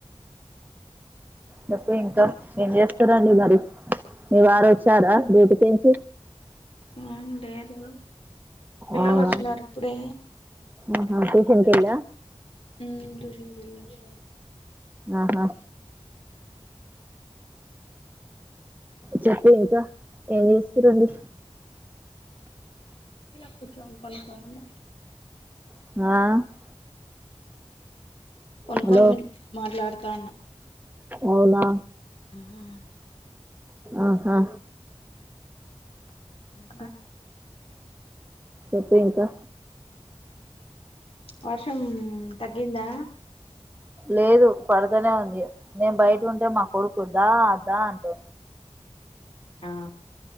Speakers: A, on the right; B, on the left.
A: చెప్పు ఇంకా ఏం చేస్తారండి మరి మీ వారు వచ్చారా డ్యూటీ కి
B: మా ఆయన లేడు పిల్లలు
A: అవునా
B: వచ్చినారు ఇప్పుడే
A: ఆహా ట్యూషన్ కి వెళ్ళా
B: హ్మ్ ట్యూషన్ కి వెళ్లొచ్చి
A: ఆహా చెప్పు ఇంకా ఏం చేస్తారండి
B: ఇలా కూర్చొని పనుకొని ఉన్న
A: ఆ
B: పనుక్కొని
A: హలో
B: మాట్లాడుతా ఉన్నా
A: అవునా
B: ఆహా
A: ఆహా
B: ఇంకా
A: చెప్పు ఇంకా
B: వర్షం తగ్గిందా
A: లేదు పడుతనే ఉంది నేను బయట ఉంటే మా కొడుకు దా దా అంటు
B: ఆ